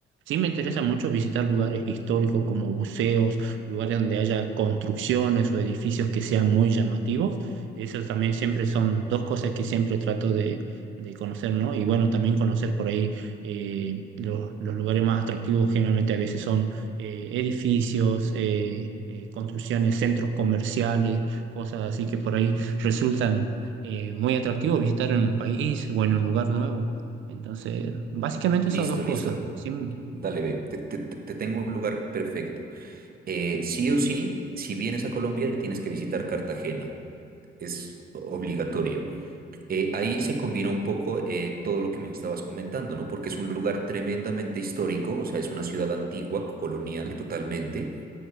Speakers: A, on the right (about 75°); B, on the right (about 50°).
A: Sí me interesa mucho visitar lugares históricos como museos, lugares donde haya construcciones o edificios que sean muy llamativos. Eso también siempre son dos cosas que siempre trato de, de conocer, ¿no? Y bueno, también conocer por ahí eh, los, los lugares más atractivos generalmente a veces son eh, edificios, eh, eh, construcciones, centros comerciales, cosas así que por ahí resultan eh, muy atractivos visitar en un país o en un lugar nuevo. Entonces, básicamente
B: Listo,
A: esas dos cosas.
B: listo.
A: Siem-
B: Dale, ve. te te- te tengo un lugar perfecto. Eh, sí o sí, si vienes a Colombia, tienes que visitar Cartagena. Es obligatorio. Eh, ahí se combina un poco eh, todo lo que me estabas comentando, ¿no? Porque es un lugar tremendamente histórico, o sea, es una ciudad antigua, colonial totalmente